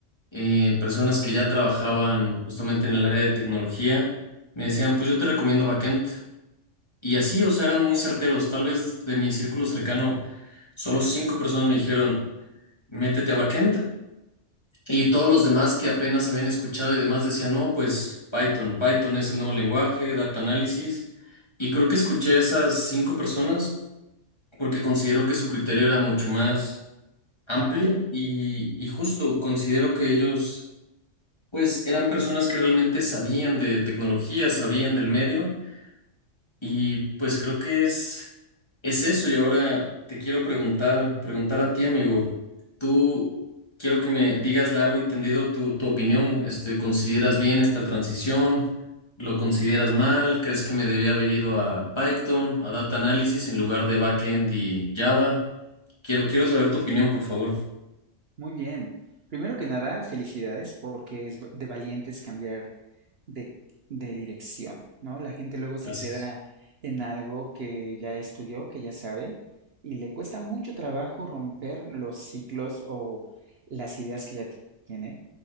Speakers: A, on the left (about 20°); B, on the right (about 50°).
A: eh, personas que ya trabajaban justamente en el área de tecnología, me
B: Ujú,
A: decían, pues yo te recomiendo backend. Y así, o sea, eran muy certeros. Tal vez de mi círculo cercano, solo cinco personas me dijeron, métete a backend. Y todos los demás que apenas habían escuchado y demás decían, no, pues Python, Python es el nuevo lenguaje, data análisis. Y
B: ujú.
A: creo que escuché a esas cinco personas porque considero que su criterio era mucho más amplio
B: Amplio.
A: y, y justo considero que ellos, pues, eran personas que realmente sabían de tecnología, sabían del medio y pues creo que es, es eso. Y ahora te quiero preguntar, preguntar a ti, amigo. Tú quiero que me digas largo y tendido tu, tu opinión. Este, ¿consideras bien esta transición? ¿Lo consideras mal? ¿Crees que me debía haber ido a Python, a Data Analysis en lugar de Backend y Java? Quiero, quiero saber tu opinión, por favor.
B: Muy bien. Primero que nada, felicidades porque es de valientes cambiar de, de dirección, ¿no? La gente luego se
A: Gracias.
B: queda en algo que ya estudió, que ya sabe, y le cuesta mucho trabajo romper los ciclos o las ideas que ya tiene.